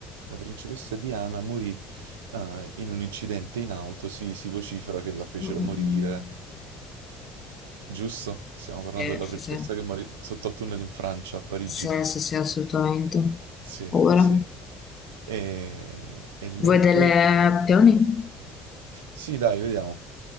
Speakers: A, on the right; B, on the left.
A: La principessa Diana morì eh, in un incidente in auto, si, si vocifera che la fecero
B: Mm, mm,
A: morire,
B: mm.
A: giusto? Stiamo parlando
B: Sì,
A: della
B: sì,
A: principessa
B: sì,
A: che morì sotto al tunnel in Francia, a Parigi.
B: sì, sì, sì, assolutamente.
A: Sì,
B: Ora,
A: sì. E, e lei
B: vuoi delle
A: quel...
B: opzioni?
A: Sì, dai, vediamo.